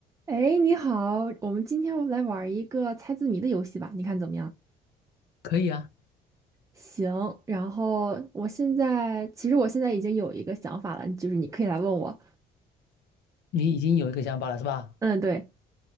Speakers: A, on the right; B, on the left.
A: 哎，你好，我们今天来玩儿一个猜字谜的游戏吧，你看怎么样？
B: 可以啊，
A: 行，然后我现在其实我现在已经有一个想法了，就是你可以来问我。
B: 你已经有一个想法了是吧？
A: 嗯，对